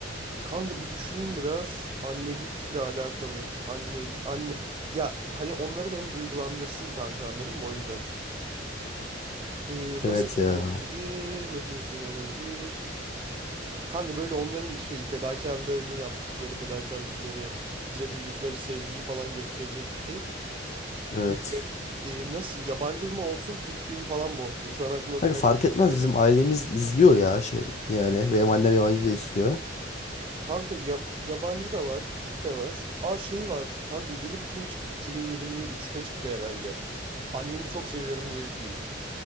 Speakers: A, on the right; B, on the left.
A: Kanka bir düşüneyim biraz. Annelikle alakalı. Anne, anne. Ya hani onları da hem duygulandırsın kanka anladın mı o yüzden. E, nasıl
B: Evet
A: bir
B: ya.
A: film olabilir? Nasıl bir film olabilir? Kanka böyle onların şeyi fedakarlığını yaptıkları fedakarlıkları bize duydukları sevgiyi falan gösterecek bir şey.
B: Evet.
A: Bir de e, nasıl yabancı mı olsun Türk filmi falan mı olsun? Şu an aklıma
B: Kanka
A: birkaç
B: fark
A: şey
B: etmez
A: geliyor
B: bizim
A: da.
B: ailemiz izliyor ya şey. Yani benim annem yabancı da istiyor.
A: Kanka ya- yabancı da var, Türk de var. Aa şey var. Kanka yeni bir film çıktı. 2023'te çıktı herhalde. Annemi çok seviyorum diye bir film.